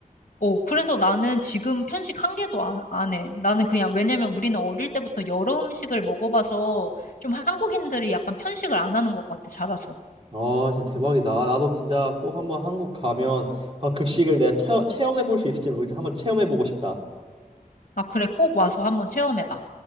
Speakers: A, on the left; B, on the right.
A: 어, 그래서 나는 지금 편식 한 개도 안, 안 해. 나는 그냥, 왜냐면 우리는 어릴 때부터 여러 음식을 먹어봐서 좀 한국인들이 약간 편식을 안 하는 것 같아, 자라서.
B: 아, 진짜 대박이다. 아, 나도 진짜 꼭 한번 한국 가면 한번 급식을 내가 체험해볼 수 있을지 모르겠지만 한번 체험해보고 싶다.
A: 아, 그래, 꼭 와서 한번 체험해봐.